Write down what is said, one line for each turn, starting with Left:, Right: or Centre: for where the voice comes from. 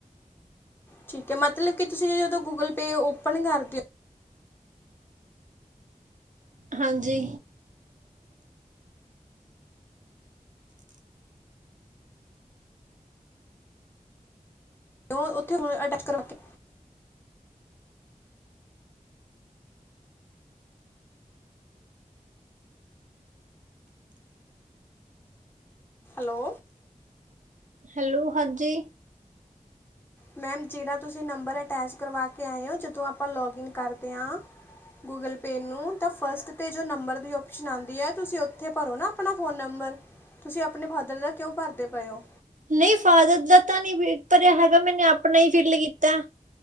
Left: ਠੀਕ ਹੈ ਮਤਲਬ ਕਿ ਤੁਸੀਂ ਜਦੋਂ ਗੂਗਲ ਪੇ ਓਪਨ ਕਰਦੇਓ।
Right: ਹਾਂਜੀ।
Left: ਕਰਦੇ ਹੋ ਉੱਥੇ ਹੁਣ ਅਟੈਚ ਕਰਵਾ ਕੇ। ਹੈਲੋ
Right: ਹੈਲੋ ਹਾਂਜੀ
Left: ਮੈਮ ਜਿਹੜਾ ਤੁਸੀਂ ਨੰਬਰ ਅਟੈਚ ਕਰਵਾ ਕੇ ਆਏ ਓਂ ਜਦੋਂ ਆਪਾਂ ਲਾਗਿਨ ਕਰਦੇ ਹਾਂ ਗੂਗਲ ਪੇ ਨੂੰ ਤਾਂ ਫਸਟ ਤੇ ਜੋ ਨੰਬਰ ਦੀ ਔਪਸ਼ਨ ਆਂਦੀ ਆ ਤੁਸੀਂ ਓਥੇ ਭਰੋ ਨਾ ਆਪਣਾ ਫੋਨ ਨੰਬਰ ਤੁਸੀਂ ਆਪਣੇ ਫਾਦਰ ਦਾ ਕਿਉਂ ਭਰਦੇ ਪਏ ਓਂ
Right: ਨਹੀਂ ਫਾਦਰ ਦਾ ਤਾਂ ਨੀ ਬਿ ਭਰਿਆ ਹੈਗਾ ਮੈਨੇ ਆਪਣਾ ਹੀ ਫਿਲ ਕੀਤੈ